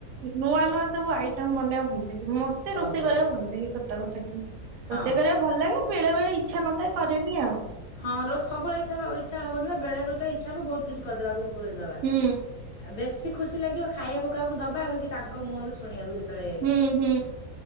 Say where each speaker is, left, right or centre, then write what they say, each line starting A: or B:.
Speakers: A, on the right (about 70°); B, on the left (about 40°).
A: ନୂଆ ନୂଆ ସବୁ ଆଇଟମ୍ ବନେଇବାକୁ ଭଲ ଲାଗେ ମ ତେ ରୋଷେଇ
B: ଓହୋ
A: କରିବାକୁ ଭଲ ଲାଗେ ସତ କଥା କିନ୍ତୁ
B: ହଁ।
A: ରୋଷେଇ କରିବାକୁ ଭଲ ଲାଗେ ବେଳେବେଳେ ଇଚ୍ଛା ନଥାଇ କରେନି ଆଉ।
B: ହଁ ରୋ ସବୁବେଳେ ଇଛା ବ ଇଚ୍ଛା ହବନି ବା ବେଳେବେଳେ ତ ଇଚ୍ଛା ହବ ବହୁତ କିଛି କରିଦବାକୁ <unintelligible> ଦବା।
A: ହୁଁ
B: ବେଶୀ ଖୁସି ଲାଗିବ ଖାଇବାକୁ କାହାକୁ ଦବା ଆଉ କି ତାଙ୍କ ମୁହରୁ ଶୁଣିବାକୁ ଯେତେଳେ
A: ହୁଁ ହୁଁ।